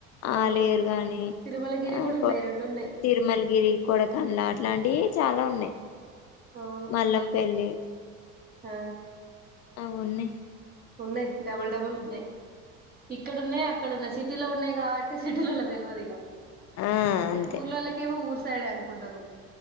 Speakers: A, on the right; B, on the left.
A: అవును
B: ఆలేరు గాని
A: తిరుమలగిరి
B: ఆ
A: కూడా
B: కొ
A: ఉన్నాయి రెండు ఉన్నాయి
B: తిరుమలగిరి, కొడకన్లా ఇలాంటివి చాలా ఉన్నాయ్.
A: అవును
B: మల్లంపల్లి
A: ఆ
B: అవున్నయ్
A: ఉన్నాయ్, డబల్ డబుల్ ఉన్నాయ్. ఇక్కడున్నాయ్, అక్కడున్నాయ్ సిట్ టీలో ఉన్నాయి కాబట్టి సిటీలలో తెలివదిగా.
B: ఆ అంతే
A: ఊర్లోలా కేమొ ఉర్స్ సైడే అనుకుంటారు.